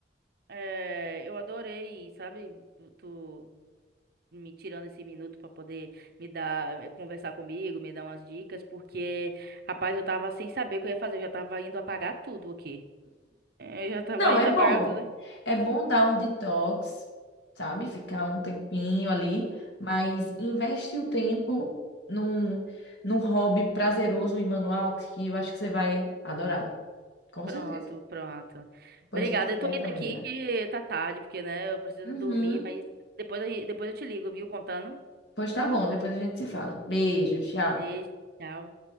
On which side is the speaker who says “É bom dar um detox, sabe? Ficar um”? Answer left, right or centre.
Left